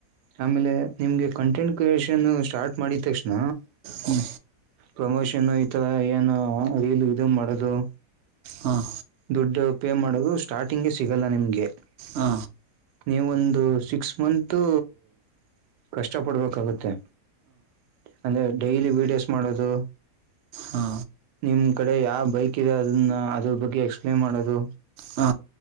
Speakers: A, on the right; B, on the right.
A: ಆಮೇಲೆ ನಿಮ್ಗೆ ಕಂಟೆಂಟ್ ಕ್ರಿಯೇಷ್ ಷನ್ನು ಸ್ಟಾರ್ಟ್ ಮಾಡಿದ್ ತಕ್ಷಣ
B: ಹ್ಞೂ
A: ಪ್ರಮೋಷನ್ ಏನೂ ಲ್ಲಿ ಇದು ಮಾಡದು
B: ಹಾಂ
A: ದುಡ್ಡು ಪೇ ಮಾಡೋದು ಸ್ಟಾರ್ಟಿಂಗೆ ಸಿಗಲ್ಲ ನಿಮಗೆ.
B: ಹ
A: ನೀವೊಂದು ಸಿಕ್ಸ್ ಮಂತು ಕಷ್ಟ ಪಡ್ಬೇಕಾಗುತ್ತೆ. ಅಂದ್ರೆ ಡೈಲಿ ವೀಡಿಯೋಸ್ ಮಾಡೋದು.
B: ಹಾ
A: ನಿಮ್ ಕಡೆ ಯಾವ್ ಬೈಕ್ ಇದೆ ಅದನ್ನ ಅದ್ರ ಬಗ್ಗೆ ಎಕ್ಸ್ಪ್ಲೇನ್ ಮಾಡೋದು.
B: ಹಾ